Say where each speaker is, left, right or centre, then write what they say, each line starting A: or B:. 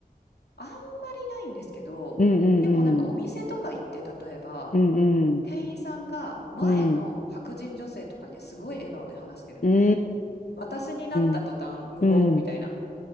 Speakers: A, on the left; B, on the left.
A: あんまりないんですけど、
B: うん
A: でもなんかお店とか行って例えば
B: うん。うんうん。
A: 店員さんが前の白人女性とかにはすごい笑顔で話してるのに、
B: うんうんう
A: 私になった途端無言みたいな。
B: んうんうん。うんうんうんうんうんうん